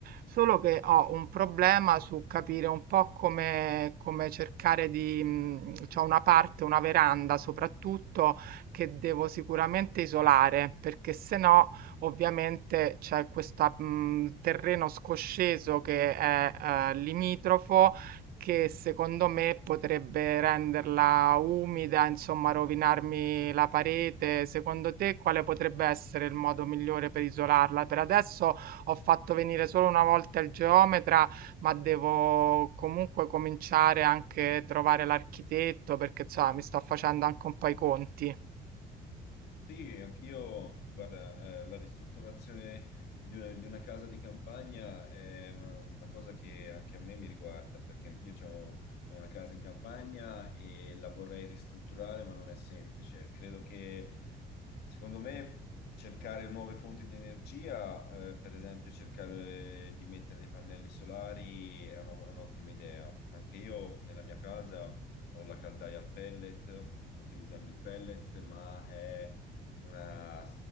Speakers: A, on the right; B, on the left.
A: Solo che ho un problema su capire un po' come, come cercare di... mh, c'ho una parte, una veranda soprattutto, che devo sicuramente isolare, perché se no ovviamente c'è questo terreno scosceso che è eh, limitrofo che secondo me potrebbe renderla umida, insomma, rovinarmi la parete. Secondo te quale potrebbe essere il modo migliore per isolarla? Per adesso ho fatto venire solo una volta il geometra, ma devo comunque cominciare anche a trovare l'architetto perché, insomma, mi sto facendo anche un po' i conti.
B: Sì, anch'io, guarda, eh, la ristrutturazione di una, di una casa di campagna è una, una cosa che anche a me mi riguarda, perché anch'io c'ho- ho una casa in campagna e la vorrei ristrutturare, ma non è semplice. Credo che, secondo me, cercare nuove fonti di energia, eh, per esempio cercare di mettere dei pannelli solari, è una- un'ottima idea. Anche io nella mia casa ho la caldaia al pellet, utilizzando il pellet, ma è una,